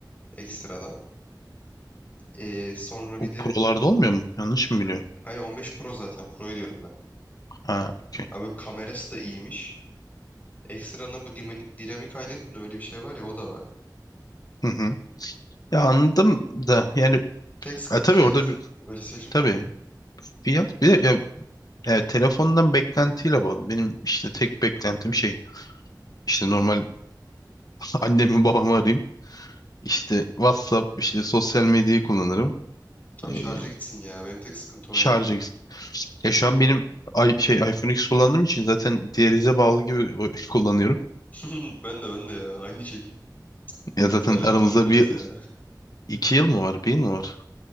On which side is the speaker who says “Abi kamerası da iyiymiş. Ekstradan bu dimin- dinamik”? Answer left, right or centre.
Left